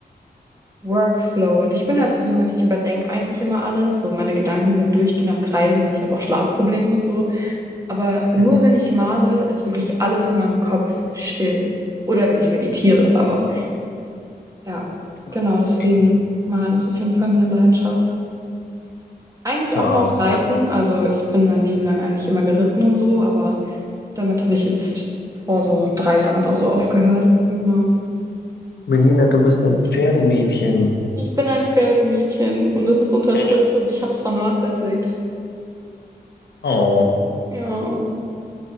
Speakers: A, on the right; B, on the left.
A: Workflow. Und ich bin halt so jemand, ich überdenke eigentlich immer alles. So meine Gedanken sind durchgehend am Kreisen. Ich habe auch Schlafprobleme und so. Aber nur
B: Mhm.
A: wenn ich male, ist wirklich alles in meinem Kopf still. Oder wenn ich meditiere, aber ja,
B: Okay.
A: genau deswegen malen ist auf jeden Fall meine Leidenschaft. Eigentlich
B: Wow,
A: auch noch
B: super.
A: Reiten, also ich bin mein Leben lang eigentlich immer geritten und so, aber damit habe ich jetzt vor so drei Jahren oder so aufgehört. Genau.
B: Melina, du bist ein Pferdemädchen.
A: Ich bin ein Pferdemädchen und es ist unterdrückt
B: Mhm.
A: und ich habe es vernachlässigt.
B: Oh,
A: Ja,